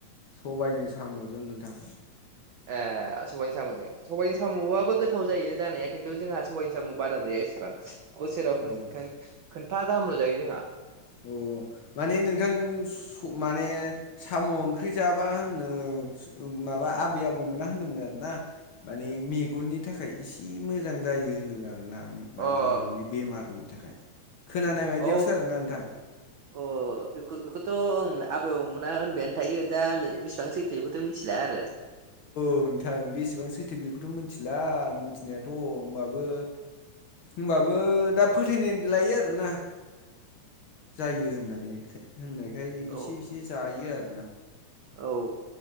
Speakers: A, on the left; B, on the right.
A: सबाइजों साम'जों नोंथां।
B: ए सबायनि साम'जों सबाइनि साम'आबो गोथाव जायो। जानाया खिन्थु जोंहा सबाइनि साम' बारा जाया इसेबां बोसोराव खन
A: औ
B: खोनफा गाहामल' जायो जोंहा।
A: अ माने नोंथां माने साम' ओंख्रि जाबा होनो माबा आबै आबौमोना होनदोंमोन आरो ना माने मेगननि थाखाय इसे मोजां जायो होनदों आरो ना
B: अ
A: माने मेगननि बेमारनि थाखाय खोनानाय बायदियावसो
B: औ
A: आरोना नोंथां।
B: अ। बेखौथ' आबै आबौ मोना होनबायानो थायो दा बेसेबां सैथो बेखौथ' मिथिला आरो। <inaudible>
A: औ नोंथां बेसेबां सैथो बेखौथ' मिथिला मिथिनायाथ' होमबाबो होमबाबो दा फोथायनाय लायो आरोना। जायो होननाय होननायखाय
B: औ
A: एसे एसे जायो आरोना।
B: औ।